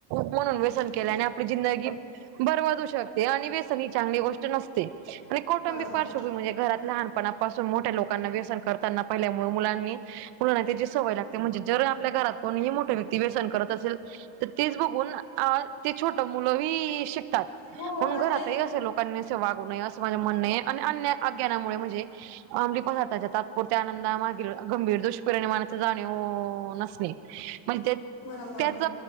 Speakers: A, on the right; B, on the left.
A: म्हणून व्यसन केल्याने आपली जिंदगी बरवादू शकते आणि व्यसन ही चांगली गोष्ट नसते. कौटुंबिक
B: बरोबर
A: पार्श्वभूमी म्हणजे घरात लहानपणापासून मोठ्या लोकांना व्यसन करताना पहिल्यामुळ मुलांनी मुलांना त्याची सवय लागते म्हणजे जर आपल्या घरात कोणीही मोठ व्यक्ती व्यसन करत असेल तर तेच बघून अ.. ते छोट मुलं वी.. शिकतात
B: हो
A: म्हणून
B: आता
A: घरातही असे लोक असं वागू नये असं माझे म्हन अ.. आणि अन्य अज्ञनामुळे म्हणजे अंमली पदार्थाचा तात्पुर त्या नंदा मागील गंभीर दुष्परिणामाचे जानी.. व नसणे. म्हणजे..
B: बरोबर
A: त्या.. च